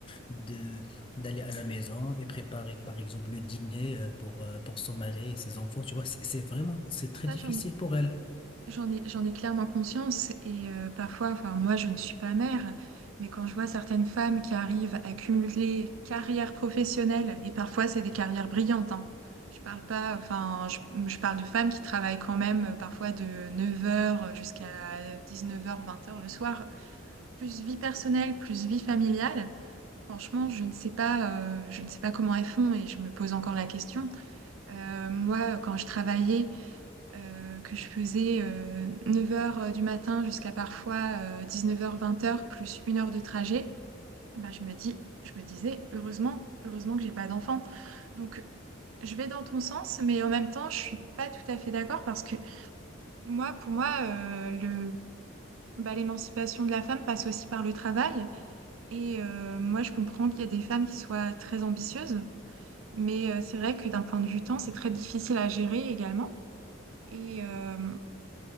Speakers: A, on the left; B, on the right.
A: de d'aller à la maison et préparer par exemple le dîner euh, pour euh, pour son mari et ses enfants tu vois c'est c'est vraiment c'est
B: ça,
A: très difficile
B: j'en ai
A: pour elle
B: J'en ai, j'en ai clairement conscience et euh, parfois, enfin moi je ne suis pas mère, mais quand je vois certaines femmes qui arrivent à cumuler carrière professionnelle, et parfois c'est des carrières brillantes, hein. Je parle pas, enfin je, je parle de femmes qui travaillent quand même euh, parfois de neuf heures jusqu'à dix-neuf heures, vingt heures le soir. Plus vie personnelle, plus vie familiale, franchement je ne sais pas, euh, je ne sais pas comment elles font et je me pose encore la question. Euh, moi quand je travaillais euh, que je faisais euh, neuf heures euh, du matin jusqu'à parfois euh, dix-neuf heures vingt heures plus une heure de trajet, bah, je me dis, je me disais, heureusement, heureusement que j'ai pas d'enfant. Donc, je vais dans ton sens, mais en même temps, je suis pas tout à fait d'accord parce que moi, pour moi, euh, le, bah, l'émancipation de la femme passe aussi par le travail. Et euh, moi, je comprends qu'il y a des femmes qui soient très ambitieuses, mais euh, c'est vrai que d'un point de vue temps, c'est très difficile à gérer également. Et, euh,